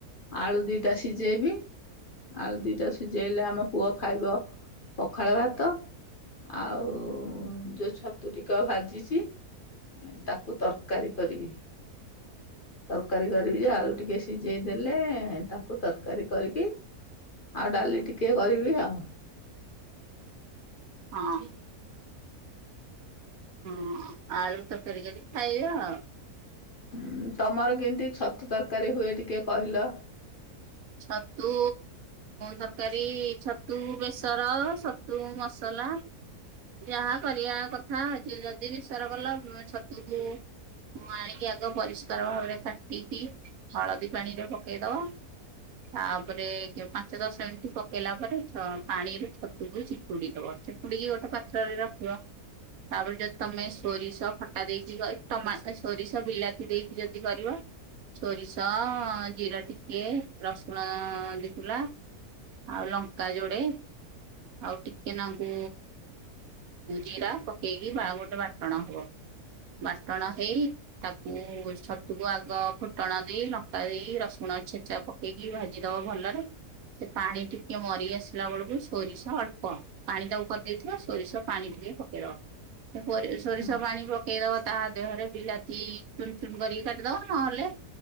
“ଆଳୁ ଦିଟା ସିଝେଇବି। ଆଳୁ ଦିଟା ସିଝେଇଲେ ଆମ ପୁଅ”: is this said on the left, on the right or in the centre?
Left